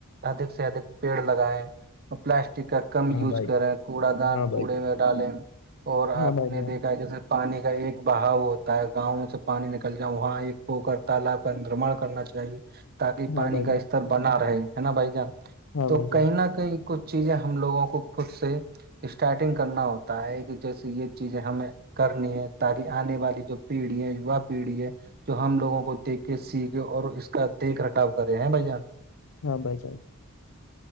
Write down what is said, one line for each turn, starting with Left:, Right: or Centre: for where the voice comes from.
Right: ادک سے ادھک پیڑ لگیں اور پلاسٹک کا کم
Left: ہاں
Right: یوز
Left: بھائی
Right: کریں کوڑا دان
Left: ہاں بھائی
Right: کوڑے
Left: جان
Right: میں ڈالیں اور آپ
Left: ہاں بھائی
Right: نے
Left: جان
Right: دیکھا ہے جیسے پانی کا ایک بہاؤ ہوتا ہے گاؤں سے پانی نکل جاؤ وہاں ایک پوکر تالاب کا نرما کرنا چاہیے تاکہ پانی
Left: ہاں بھائی
Right: کا
Left: جان
Right: استر بنا رہے ہے نا بھائی جان
Left: ہاں
Right: تو
Left: بھائی جان
Right: کہیں نہ کہیں کئی کچھ چیزیں ہم لوگوں کو خود سے اسٹارٹنگ کرنا ہوتا ہے کہ جیسے یہ چیزیں ہمیں کرنی ہے تاکہ آنے والی جو پیڑھی ہے وا پیڑھی ہے جو ہم لوگوں کو دیک کے سیکھے اور اس کا دیکھ رکھاؤ کرے ہیں بھائی جان
Left: ہاں بائی جان